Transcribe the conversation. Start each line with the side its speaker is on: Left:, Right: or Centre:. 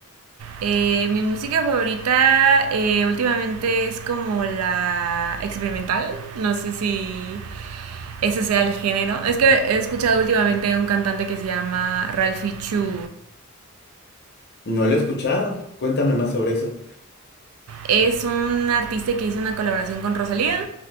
Right: Eh, mi música favorita eh, últimamente es como la experimental, no sé si ese sea el género. Es que he escuchado últimamente un cantante que se llama Ralphie Chu.
Left: No lo he escuchado, cuéntame más sobre eso.
Right: Es un artista que hizo una colaboración con Rosalía.